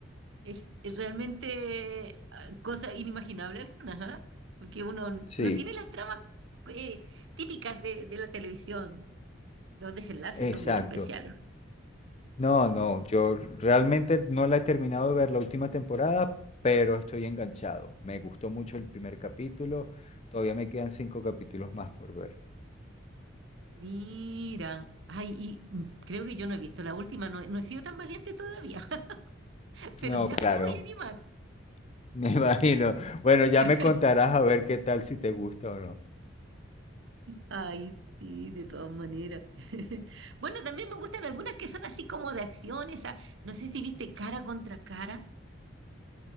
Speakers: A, on the right (about 65°); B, on the left (about 30°).
A: Es, es realmente ah, cosa inimaginable algunas, ¿ah? Porque uno n-
B: Sí,
A: no tiene las tramas eh, típicas de, de la televisión. Los desenlaces
B: exacto.
A: son bien especiales.
B: No, no, yo realmente no la he terminado de ver la última temporada, pero estoy enganchado. Me gustó mucho el primer capítulo, todavía me quedan cinco capítulos más por ver.
A: Mira. Ay, y mm, creo que yo no he visto la última, no, he- no he sido tan valiente todavía. <laughs> pero
B: No,
A: ya
B: claro,
A: me voy a animar.
B: <laughs> Me imagino. Bueno, ya
A: <laughs>
B: me contarás a ver qué tal si te gusta o no.
A: Ay, sí, de todas maneras. <laughs> Bueno, también me gustan algunas que son así como de acción, esa, no sé si viste cara contra cara.